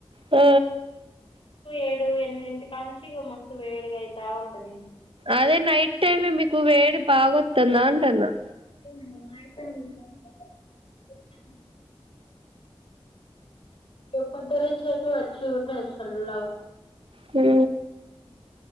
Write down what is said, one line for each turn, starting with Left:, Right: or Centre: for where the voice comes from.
Right: మ్
Left: ఏడు ఎనిమిదింటి కా నుంచి ఇగ మస్తు వేడిగా అయితా ఉంటది
Right: అదే నైట్ టైమ్ మీ క్కువ వేడి బాగొస్తుంద అంటన్న
Left: <unintelligible> రప్పద్దల చేతే అచ్చి ఉత సల్లగా
Right: హూ